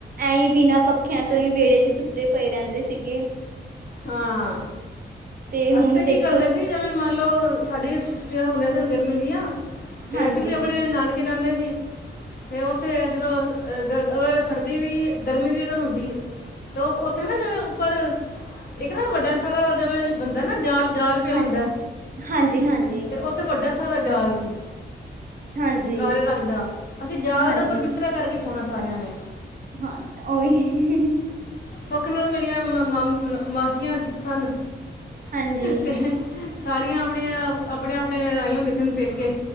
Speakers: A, on the right; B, on the left.
A: ਐਹੀ ਬਿਨਾਂ ਪੱਖਿਆਂ ਤੋਂ ਹੀ ਵਿਹੜੇ ਚ ਸੁੱਤੇ ਪਏ ਰਹਿੰਦੇ ਸੀਗੇ।
B: ਹਾਂ
A: ਤੇ ਹੁਣ
B: ਅਸੀਂ ਤਾਂ
A: ਦੇਖੋ
B: ਕੀ ਕਰਦੇ ਸੀ ਜਿਵੇਂ ਮੰਨ ਲੋਓ ਸਾਡੀੇ ਛੁੱਟੀਆਂ ਹੁੰਦੀਆਂ ਸਨ ਗਰਮੀ ਦੀਆਂ ਤੇ
A: ਹਾਂਜੀ
B: ਅਸੀਂ ਵੀ ਆਪਣੇ ਨਾਨਕ ਜਾਂਦੇ ਸੀ। ਅਤੇ ਉੱਥੇ ਜਦੋਂ ਅਗਰ ਸਰਦੀ ਵੀ ਗਰਮੀ ਵੀ ਅਗਰ ਹੁੰਦੀ ਤੇ ਉੱਥੇ ਨਾ ਜਿਵੇਂ ਉੱਪਰ ਇੱਕ ਨਾ ਵੱਡਾ ਸਾਰਾ ਜਿਵੇਂ ਬੰਦਾ ਨਾ ਜਾਲ ਜਾਲ ਪਿਆਉਂਦਾ
A: ਹਾਂ ਹਾਂਜੀ ਹਾਂਜੀ
B: ਤੇੇ ਵੱਡਾ ਸਾਰਾ ਜਾਲ ਸੀ।
A: ਹਾਂਜੀ
B: ਕਾਲੇ ਰੰਗ ਦਾ ਅਸੀਂ ਜਾਲ
A: ਹਾਂਜੀ
B: ਦੇ ਉੱਪਰ ਬਿਸਤਰਾ ਕਰਕੇ ਸੋਣਾ ਸਾਰਿਆਂ ਨੇ‌।
A: ਹਾਂ ਓਹੀ
B: ਸੁੱਖ ਨਾਲ ਮੇਰੀਆਂ ਮਾਸੀਆਂ ਸਨ
A: ਹਾਂਜੀ
B: ਤੇ ਸਾਰੀਆਂ ਆਪਣੀਆਂ ਆਪਣੇ ਆਪਣੇ ਆਈਆਂ ਹੁੰਦੀਆਂ ਸਨ ਪੇਕੇ